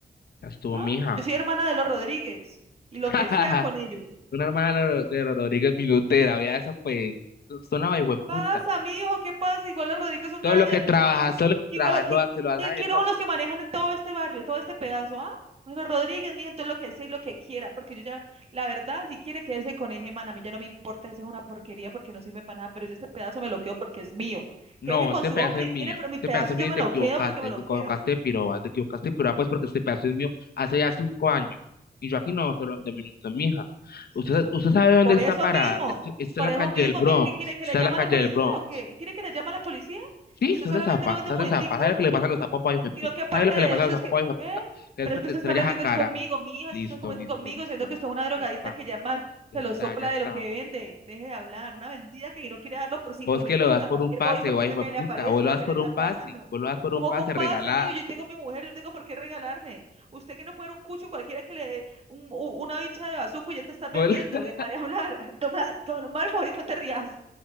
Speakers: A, on the left (about 75°); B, on the right (about 40°).
A: Ya estuvo,
B: ¿Ah?
A: mija.
B: Yo soy hermana de los Rodríguez. Y
A: <laughs>
B: lo que sea con ellos.
A: Una hermana de Ro- de Rodríguez Minutera, vea esa pues. Suena una
B: pasa,
A: puta.
B: mijo? ¿Qué pasa? Igual los Rodríguez son
A: Todo
B: grandes
A: lo que
B: aquí,
A: trabajas,
B: son los que,
A: todo lo que
B: igual,
A: trabajas
B: lo- ¿qui-
A: lo hace lo hace
B: qui-
A: a
B: ¿quiénes
A: él, no.
B: son los que manejan todo este barrio, todo este pedazo, ah? Son Los Rodríguez, mijo, entonces lo que sea y lo que quiera, porque yo ya, la verdad, si quiere quédese con ese man, a mí ya no me importa, ese es una porquería porque no sirve para nada, pero yo este pedazo me lo quedo porque es mío.
A: No,
B: Quédese con
A: este
B: su
A: pedazo
B: hombre
A: es
B: y
A: mío.
B: quiere, pero mi
A: Este
B: pedazo
A: pedazo es
B: yo
A: mío
B: me
A: y te
B: lo
A: equivocaste.
B: quedo porque me lo
A: Te equivocaste
B: quedo.
A: de piroba. Te equivocaste de piroba, pues porque este pedazo es mío hace ya cinco años. Y yo aquí no, solo de minutos, mija.
B: Usted
A: Usted,
B: está pendejo.
A: usted sabe dónde
B: Por
A: está
B: eso
A: parada.
B: mismo,
A: Esta, esta
B: por
A: es la
B: eso
A: calle
B: mismo,
A: del Bronx.
B: mija, ¿qué quiere? ¿Que
A: Esta
B: le llame
A: es la calle
B: a la policía
A: del Bronx.
B: o qué? ¿Quiere que le llame a la policía?
A: Sí,
B: ¿Que usted
A: sos
B: solamente
A: de zapa,
B: no vende
A: sos
B: moneticos?
A: de zapa. ¿Sabes lo que le pasa a los zapopos, hijo de puta?
B: Sino que aparte
A: ¿Sabes lo que
B: de
A: le pasa
B: eso
A: a los
B: es
A: zapopos,
B: que,
A: hijo de puta?
B: ¿qué?
A: Que
B: Pero
A: es que
B: es que
A: te
B: usted
A: estrellas
B: está metiendo
A: a cara.
B: es conmigo, mi hija,
A: Listo,
B: se está comiendo
A: listo,
B: conmigo,
A: listo,
B: siendo
A: listo.
B: que usted es una drogadita
A: Ya está,
B: que ya más
A: ya
B: se
A: está,
B: lo sopla
A: ya está.
B: de lo que vende. Deje de hablar, una vendida que no quiere darlo por cinco
A: Vos
B: mil
A: que
B: pesos
A: lo das
B: a
A: por
B: cualquier
A: un pase,
B: boy, fue
A: guay,
B: puta
A: hijo
B: que
A: de
B: le
A: puta.
B: aparezca,
A: Vos lo das
B: ¿qué
A: por
B: le está
A: un pase,
B: pasando?
A: vos lo das por
B: Como
A: un pase,
B: que un pase,
A: regalada.
B: mío, yo tengo mi mujer, yo no tengo por qué regalarme. Usted que no puede dar un cucho cualquiera que le dé un- u- una bicha de bazuco y ya te estás
A: Vos
B: vendiendo,
A: lo- <laughs>
B: deja de hablar. <laughs> Toma, toma el favor y no te rías.